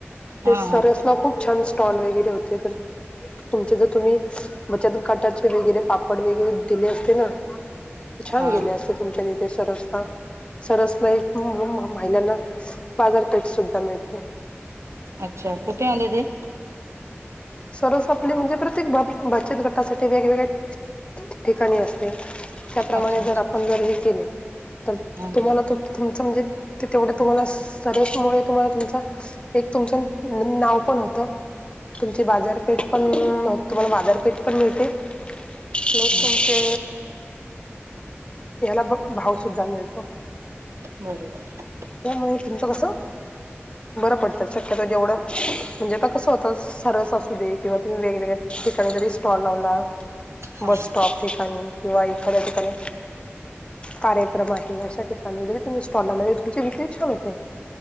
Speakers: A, on the right; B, on the left.
A: हा
B: ते सरसला
A: हा
B: खूप छान स्टॉल वगैरे होते खर. तुमचे जर तुम्ही बचत गटाचे वगैरे पापड वगैरे दिले असते ना... छान
A: हा
B: गेले असते तुमच्या तिथे सरसला. सरसला एक म म महिलांना बाजारपेठ सुद्धा मिळते.
A: अच्छा कुठे आले ते?
B: सरस आपली म्हणजे प्रत्येक बा बचत गटासाठी वेगवेगळ्या ठिकाणी असते. त्याप्रमाणे
A: अच्छा अच्छा
B: जर आपण जर हे केले तर
A: हम्म
B: तुम्हाला त म्हणजे तेवढं तुम्हाला सरसमुळे तुम्हाला तुमचा एक तुमचं न नाव पण होतं. ती बाजारपेठ पण तुम्हाला बाजारपेठ पण मिळते. लोकांचे
A: हम्म.
B: याला बघ भाव सुद्धा मिळतो.
A: बरोबर.
B: त्यामुळे तुमचं कसं? बरं पडत शक्यतो जेवढं म्हणजे तर कसं होत सरस असू दे किंवा तुम्ही वेगवेगळ्या ठिकाणी जरी स्टॉल लावला
A: हा
B: बस स्टॉप ठिकाणी किंवा एखाद्या ठिकाणी कार्यक्रम आहे अशा ठिकाणी जरी तुम्ही स्टॉल लावला तरी तुमची विक्री छान होते.